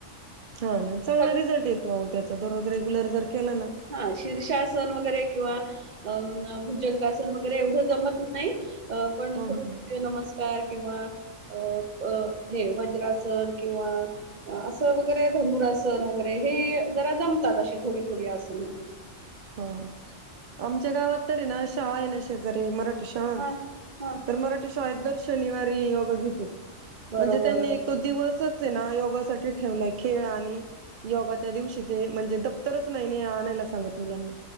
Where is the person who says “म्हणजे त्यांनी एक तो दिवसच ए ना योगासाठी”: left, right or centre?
Right